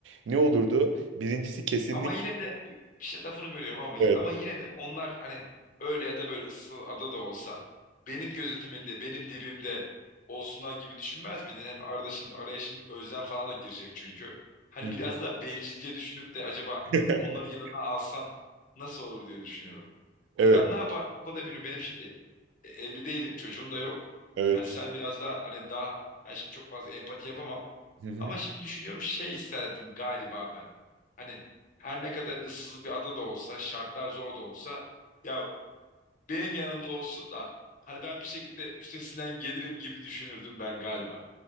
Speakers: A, on the right (about 75°); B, on the left (about 45°).
A: Ne olurdu? Birincisi kesinlik.
B: Ama yine de bir şey lafını bölüyorum ama
A: Evet.
B: ama yine de onlar hani öyle ya da böyle ıssız ada da olsa benim gözetimimde, benim dibimde olsunlar gibi düşünmez miydin? Hem arada şimdi araya şimdi özlem falan da girecek çünkü. Hani
A: Hı.
B: biraz daha bencilce düşünüp de acaba
A: <laughs>
B: onları yanına alsan nasıl olur diye düşünüyorum.
A: Evet,
B: Hani ben ne yapardım o konuda bilmiyorum. Benim şimdi e, evli değilim, çocuğum da yok.
A: evet.
B: Hani sen biraz daha hani daha ben şimdi çok fazla empati yapamam.
A: Hı hı.
B: Ama şimdi düşünüyorum şey isterdim galiba ben. Hani her ne kadar ıssız bir ada da olsa, şartlar zor da olsa ya benim yanımda olsun da hani ben bir şekilde üstesinden gelirim gibi düşünürdüm ben galiba.